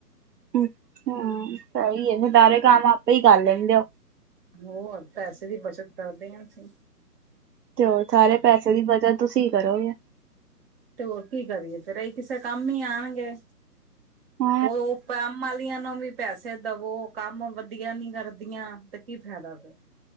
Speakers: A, on the right; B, on the right.
A: ਅੱਛਾ, ਸਈ ਐ ਸਾਰੇ ਕੰਮ ਆਪੇ ਈ ਕਰ ਲੈਂਦੇ ਓ।
B: ਹੋਰ ਪੈਸੇ ਦੀ ਬੱਚਤ ਕਰਦੇ ਆ ਅਸੀਂ।
A: ਤੇ ਹੋਰ ਸਾਰੇ ਪੈਸੇ ਦੀ ਬਚਤ ਤੁਸੀਂ ਕਰੋਗੇ।
B: ਤੇ ਹੋਰ ਕੀ ਕਰੀਏ ਫੇਰ ਏ ਕਿਸੇ ਕੰਮ ਈ ਆਣਗੇ,
A: ਉਹ
B: ਹੋਰ ਕੰਮ ਵਾਲੀਆਂ ਨੂੰ ਵੀ ਪੈਸੇ ਦਵੋ ਕੰਮ ਵਦੀਆ ਨੀ ਕਰਦੀਆਂ ਤੇ ਕੀ ਫੈਦਾ ਫੇਰ।